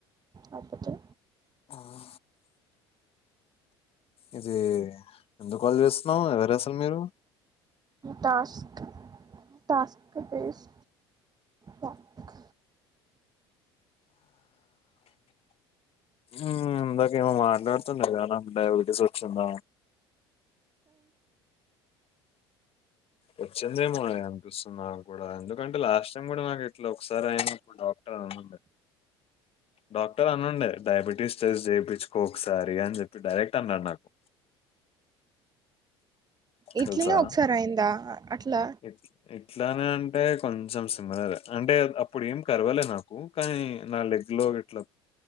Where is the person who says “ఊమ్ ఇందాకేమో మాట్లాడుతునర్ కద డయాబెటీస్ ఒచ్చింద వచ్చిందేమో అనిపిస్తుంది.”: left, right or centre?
Left